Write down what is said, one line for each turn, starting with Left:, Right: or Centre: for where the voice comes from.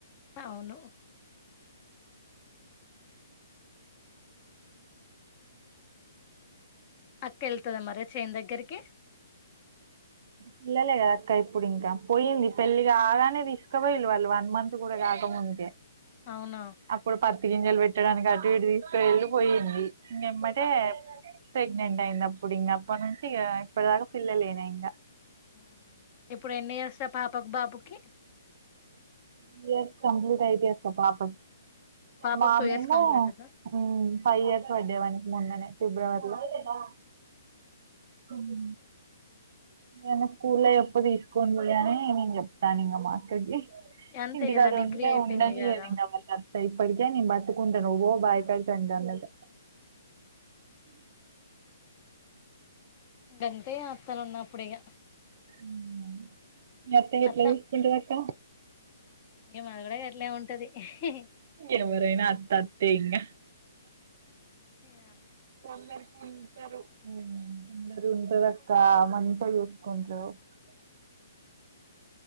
Left: హవును అక్కెళ్తుదా మరే చేన్ దగ్గ కే
Right: పిల్లలే కదక్క ఇప్పుడు ఇంకా పొయింది పెళ్లి కాగానే తీస్కపొయిళ్లు వాళ్ళు వన్ మంత్ కూడా కాకముందకే
Left: అవునా
Right: అప్పుడు పత్తి గింజలు పెట్టడానికి అటు ఇటు పెళ్ళు పోయింది ఇంగేమ్మటే ప్రెగ్నెంట్ అయింది అప్పుడింగ అప్పనుంచిగా ఇప్పటిదాక పిల్లలేనాయి ఇంగ
Left: ఉమ్ ఇప్పుడు ఎన్ని ఇయర్స్ ఆ పాపక్ బాబుకి
Right: టూ ఇయర్స్ కంప్లిట్ అయితై అక్క పాప
Left: పాపకు
Right: మా
Left: టూ
Right: మేమో
Left: ఇయర్స్ కంప్లీట్ ఉందా
Right: ఉమ్ ఫై ఇయర్స్ పడ్డయ్ మొన్ననే ఫిబ్రవరిలో ఆ ఉమ్ నేను స్కూల్లో ఎప్పు తీసుకోంన్ గని నేను చెప్తానింగ మా అక్కకి
Left: అంతే
Right: ఇంటికాడ
Left: కదా డిగ్రీ
Right: ఉంటే
Left: అయిపోయింది
Right: ఉండనీయదింగ
Left: కదా
Right: మళ్ళ ఇప్పటికే నేను పట్టుకుంట నుపో బాయ్కడికంటాందట
Left: అంతే అత్తలన్నప్పుడిగ
Right: హుమ్ మీయత్త ఎట్లచూసుకుంటదక్క
Left: అత్త ఇగ మాది కూడా గట్లే ఉంటది ఇహ్ హి హి
Right: ఎవ్వరైనా అత్త అత్తే ఇంగ
Left: ఏ
Right: కొందరికుంటరు ఉమ్ కొందరు ఉంటారక్కా మం <unintelligible>